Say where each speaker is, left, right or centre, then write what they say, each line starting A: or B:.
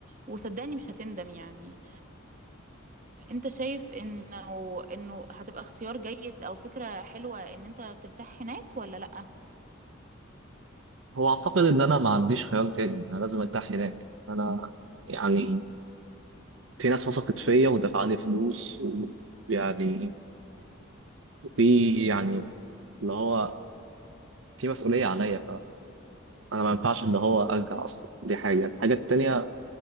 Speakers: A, on the right; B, on the right.
A: وصدقني مش هتندم يعني انت شايف انه انه هتبقى اختيار جيد او فكره حلوه ان انت ترتاح هناك ولا لا
B: هو اعتقد ان انا ما عنديش خيار تاني انا لازم ارتاح هناك انا يعني في ناس وثقت فيا ودفع لي فلوس ويعني وفي يعني اللي هو في مسؤوليه عليا فانا ما ينفعش اللي هو ارجع اصلا دي حاجه الحاجه التانيه